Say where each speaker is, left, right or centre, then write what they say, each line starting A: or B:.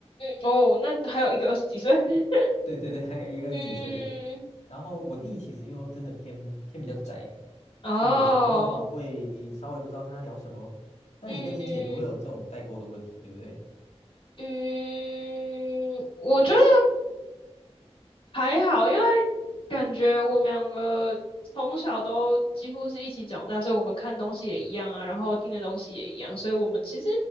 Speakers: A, on the left; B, on the left.
A: 哦，那还有一个二十几岁，<laughs>
B: 对对对，还有一个二十几岁的。
A: 嗯，
B: 然后我弟其实又真的偏偏比较宅，
A: 哦，
B: 所以有时候会稍微不知道跟他聊什么。那你跟你姐不会有这种代沟的问题，
A: 嗯。
B: 对不对？
A: 嗯，我觉得还好，因为感觉我们两个从小都几乎是一起长大，所以我们看东西也一样啊，然后听的东西也一样，所以我们其实